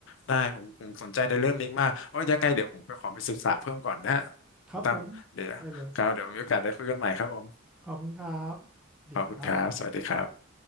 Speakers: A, on the left (about 65°); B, in the centre.
A: ได้ผมผมสนใจในเรื่องนี้มากโอ้ยยังไงเดี๋ยวผมไปขอไปศึกษาเพิ่มก่อนนะฮะ
B: ครับผม
A: คุณตั้มเดี๋ยวครับเดี๋ยวมีโอกาสได้คุยกันใหม่ครับผม
B: ได้เลยขอบคุณครับสวัสดีครับ
A: ขอบคุณครับสวัสดีครับ